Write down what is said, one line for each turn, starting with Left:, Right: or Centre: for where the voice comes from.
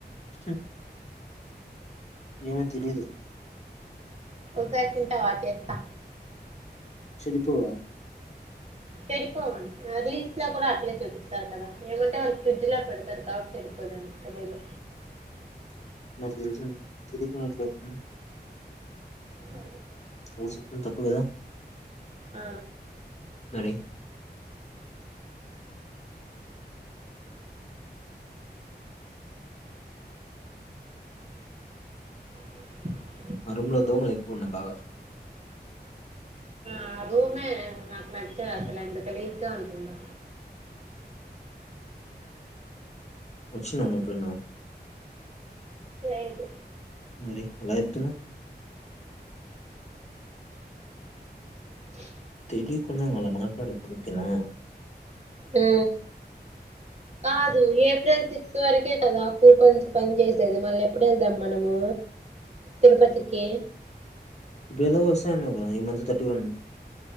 Left: ఉ ఏమీ తెలీదు
Right: ఒకసారి తింటావా చేస్తా
Left: చెడిపోవా
Right: చెడిపోవండి న రీల్స్ లో కూడా అట్లే చూపిస్తారు కదా ఏమంటే వాళ్ళు ఫ్రిడ్జ్ లో పెడతారు కాబట్టి చెడిపోదు ఏమో తెలియదు
Left: నాకు తెలుసు తిదిన్ <unintelligible>
Right: ఆ
Left: నువ్ చెపింది తప్పు కదా
Right: ఆ
Left: రె
Right: <inaudible>
Left: మా రూమ్ లో దోమలు ఎక్కువ ఉన్నా బాగా
Right: ఆ రూమే నాకు నచ్చ అసలు ఎంత గలీజ్ గా ఉంటుందో
Left: వచ్చిండా మీ ఫ్రెండు
Right: లేదు
Left: మరి ఎలా ఎప్తునవ్
Right: స <unintelligible>
Left: ఇదికున్నా అలా మాట్లాడదు ఒకేనా
Right: ఆ కాదు ఏప్రిల్ సిక్స్ వరకే కదా కూపన్స్ పని చేసేది మళ్ళీ ఎప్పుడు ఏళ్దాం మనము తిరుపతికి
Left: బేదో వస్తానన్నావ్ కదా ఈ మంత థర్టీ వన్